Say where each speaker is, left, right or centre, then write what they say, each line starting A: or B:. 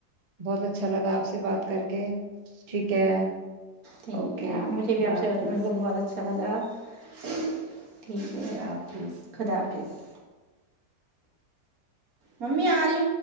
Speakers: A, on the right (about 35°); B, on the right (about 60°).
A: بہت اچھا لگا آپ سے بات کر کے ٹھیک ہے
B: ٹھیک
A: اوکے
B: ہے مجھے
A: خدا
B: بھی آپ سے
A: حافظ
B: بچل کو بہت اچھا لگا <unintelligible> ٹھیک ہے
A: خدا حافظ
B: خدا حافظ ممی آ رہی